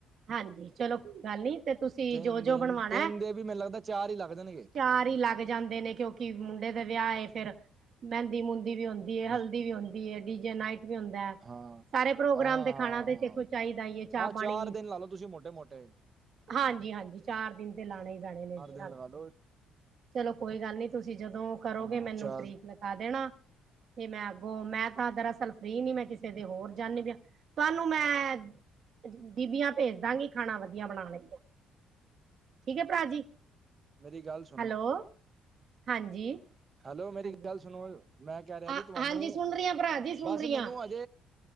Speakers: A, on the right (about 45°); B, on the right (about 30°).
A: ਹਾਂਜੀ, ਚਲੋ ਕੋਈ ਗੱਲ ਨਹੀਂ, ਤੇ, ਤੁਸੀਂ
B: ਤਿੰਨ
A: ਜੋ-ਜੋ ਬਣਵਾਣਾ
B: ਦਿਨ ਦੇ ਵੀ, ਮੈਨੂੰ ਲੱਗਦਾ ਚਾਰ ਹੀ ਲੱਗ ਜਾਣਗੇ।
A: ਚਾਰ ਹੀ ਲੱਗ ਜਾਂਦੇ ਨੇ, ਕਿਉਂਕਿ ਮੁੰਡੇ ਦੇ ਵਿਆਹ ਏ, ਫਿਰ ਮਹਿੰਦੀ-ਮੂੰਦੀ ਵੀ ਹੁੰਦੀਏ, ਹਲਦੀ
B: ਹਾਂ
A: ਵੀ ਹੁੰਦੀ ਹੈ, ਡੀਜੇ ਨਾਈ ਵੀ ਹੁੰਦਾ
B: ਹਾਂ
A: ਸਾਰੇ ਪ੍ਰੋਗਰਾਮ
B: ਹਾਂ
A: ਦੇ ਖਾਣਾ ਤੇ, ਖਾਣਾ ਤੇ ਦੇਖੋ ਚਾਹੀਦਾ ਏ, ਚਾਹ-ਪਾਣੀ
B: ਹਾਂ ਚਾਰ ਦਿਨ ਲਾ ਲਓ, ਤੁਸੀਂ ਮ੍ਹੋਟੇ-ਮ੍ਹੋਟੇ
A: ਹਾਂਜੀ- ਹਾਂਜੀ, ਚਾਰ ਦਿਨ ਤੇ ਲਾਣੇ ਹੀ ਪੈਣੇ ਨੇ
B: ਚਾਰ
A: ਜੀ, ਹਨ
B: ਦਿਨ ਲਗਾ ਲਓ
A: ਚਲੋ ਕੋਈ ਗੱਲ ਨੀ, ਤੁਸੀਂ ਜਦੋਂ ਕਰੋਗੇ
B: ਹਾਂ
A: ਮੈਨੂੰ
B: ਚਾਰ
A: ਤਰੀਕ ਲਖਾ ਦੇਣਾ। ਤੇ, ਮੈਂ, ਅੱਗੋਂ, ਮੈਂ, ਤਾਂ ਦਰਅਸਲ ਫ੍ਰੀ ਨੀ, ਮੈਂ ਕਿਸੇ ਦੇ, ਹੋਰ ਜਾਂਦੀ ਪਿਆ ਤੁਹਾਨੂੰ ''ਮੈਂ ਬੀਬੀਆਂ ਭੇਜ ਦਾਂਗੀ ਖਾਣਾ ਵਧੀਆ ਬਣਾਣ ਦੀਆਂ। ਠੀਕ ਹੈ, ਭਰਾ ਜੀ।
B: ਮੇਰੀ ਗੱਲ ਸੁਣੋ
A: ਹੈਲੋ, ਹਾਂਜੀ।
B: ਹੈਲੋ, ਮੇਰੀ
A: ਹਾਂਜੀ
B: ਗੱਲ ਸੁਣੋ, ਮੈਂ, ਕਹਿ ਰਿਹਾ
A: ਹਾਂ
B: ਜੀ ਤੁਹਾਨੂੰ,
A: ਹਾਂਜੀ ਸੁਣ ਰਹੀ ਹਾਂ ਭਰਾ ਜੀ ਸੁਣ
B: ਬਸ
A: ਰਹੀ
B: ਮੈਨੂੰ
A: ਹਾਂ
B: ਅੱਜ